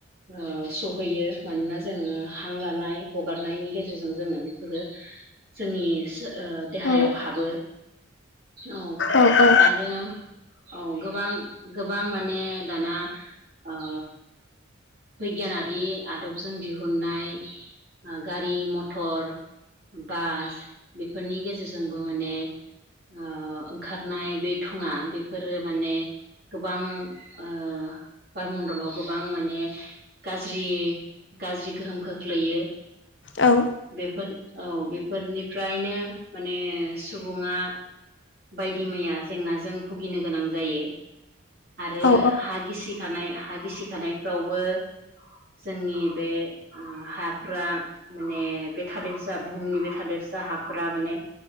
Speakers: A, on the right; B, on the left.
A: ओ सहैयो मानोना जोङो हां लानाय हगारनायनि गेजेरजों जोङो बेफोरो जोंनि सो ओ देहायाव
B: औ
A: हाबो औ
B: औ
A: आरो औ गोबां गोबां माने दाना ओ बिगियानारि आदबजों दिहुननाय गारि मथर बास बेफोरनि गेजेरजोंबो माने ओ ओंखारनाय बे थुङा बेफोरो माने गोबां ओ बार मण्डलाव गोबां माने गाज्रि गाज्रि गोहोम खोख्लैयो।
B: औ
A: बेफोर औ बेफोरनिफ्रायनो माने सुबुङा बायदि मैया जेंनाजों भुगिनो गोनां जायो। आरो
B: औ
A: हा गिसिखानाय हा गिसिखानायफ्रावबो जोंनि बे हाफ्रा माने बे थादेरसा बुहुमनि बे थादेरसा हाफोरा माने